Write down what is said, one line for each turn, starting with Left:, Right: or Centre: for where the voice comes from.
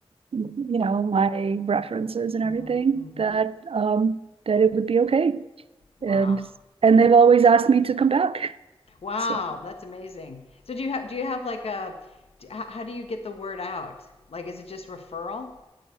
Right: you know my references and
Left: Mm-hmm.
Right: everything
Left: Mm-hmm.
Right: that um, that it would be okay.
Left: Wow.
Right: And and they've always asked me to come back, <laughs>
Left: Wow,
Right: so
Left: that's amazing. So do you have do you have like a d- h- how do you get the word out? Like is it just referral?